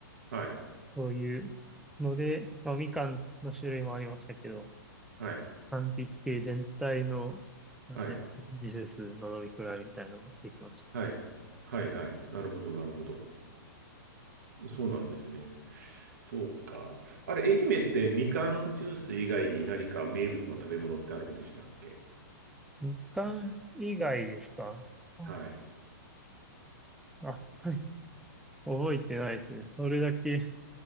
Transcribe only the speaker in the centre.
そういうので、まあ、みかんの種類もありましたけど、
柑橘系全体の、なんて、
ジュースの飲み比べみたいなのができましたね。
うん
みかん以外ですかあ、
あ <laughs> 覚えてないですね。それだけ